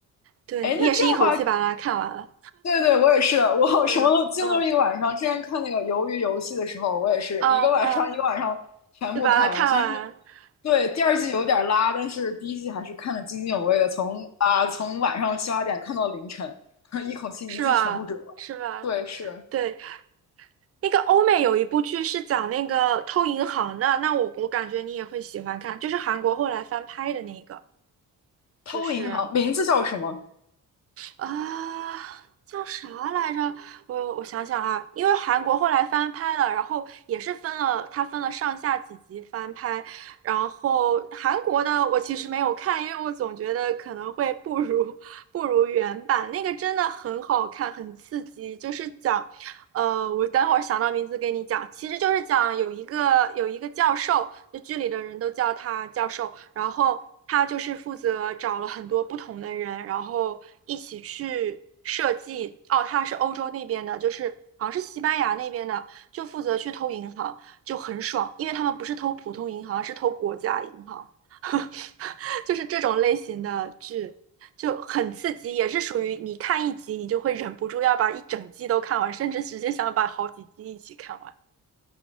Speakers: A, on the right; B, on the left.
A: 对，
B: 哎，
A: 你也是一口气把它看完了。
B: 那这样的话，对对，我也是，我什么都几乎都是一个晚上。
A: 嗯嗯
B: 之前看那个《鱿鱼游戏》的时候，我也是一个晚上一个晚上全部看完。
A: 啊啊，就把它看完，
B: 虽然是对第二季有点拉，
A: 对，
B: 但是第一季还是看得津津有味的，从啊从晚上七八点看到凌晨，<laughs> 一口气一季全部追完。
A: 是吧？是吧？
B: 对，是
A: 对。那个欧美有一部剧是讲那个偷银行的，那我我感觉你也会喜欢看，就是韩国后来翻拍的那个，就是
B: 《偷银行》，名字叫什么？
A: 啊、叫啥来着？我我想想啊，因为韩国后来翻拍了，然后也是分了，它分了上下几集翻拍，然后韩国的我其实没有看，因为我总觉得可能会不如不如原版，那个真的很好看，很刺激，就是讲。呃，我等会儿想到名字给你讲，其实就是讲有一个有一个教授，就剧里的人都叫他教授，然后他就是负责找了很多不同的人，然后一起去设计。哦，他是欧洲那边的，就是好像是西班牙那边的，就负责去偷银行，就很爽，因为他们不是偷普通银行，是偷国家银行。<laughs> 就是这种类型的剧就很刺激，也是属于你看一集你就会忍不住要把一整季都看完，甚至直接想把好几季一起看完。